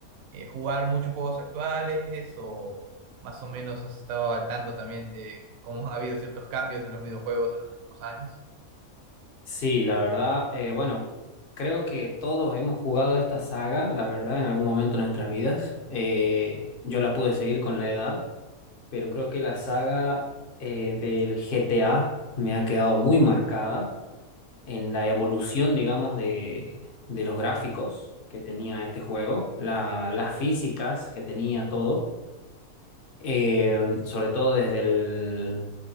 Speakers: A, on the right (about 75°); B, on the left (about 50°).
A: eh, jugar muchos juegos actuales o más o menos has estado al tanto también de cómo ha habido ciertos cambios en los videojuegos en los últimos años?
B: Sí, la verdad, eh, bueno, creo que todos hemos jugado esta saga, la verdad, en algún momento de nuestras vidas. Eh, yo la pude seguir con la edad, pero creo que la saga eh, del GTA me ha quedado muy marcada en la evolución, digamos, de, de los gráficos que tenía este juego, la- las físicas que tenía todo, eh, sobre todo desde